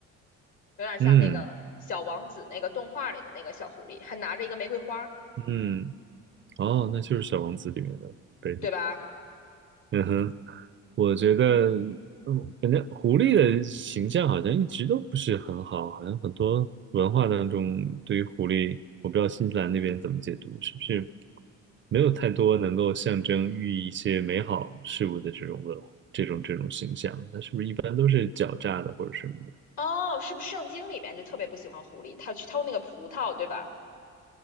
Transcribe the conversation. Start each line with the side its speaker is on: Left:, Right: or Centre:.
Left: 有点像那个小王子那个动画里的那个小狐狸，
Right: 嗯
Left: 还拿着一个玫瑰花，
Right: 嗯，哦，那就是《小王子》里面的贝。
Left: 对吧？
Right: 嗯哼，我觉得，嗯，感觉狐狸的形象好像一直都不是很好，好像很多文化当中对于狐狸，我不知道新西兰那边怎么解读，是不是没有太多能够象征寓意一些美好事物的这种文，这种这种形象？它是不是一般都是狡诈的或者什么的？
Left: 哦，是不是圣经里面就特别不喜欢狐狸？它去偷那个葡萄，对吧？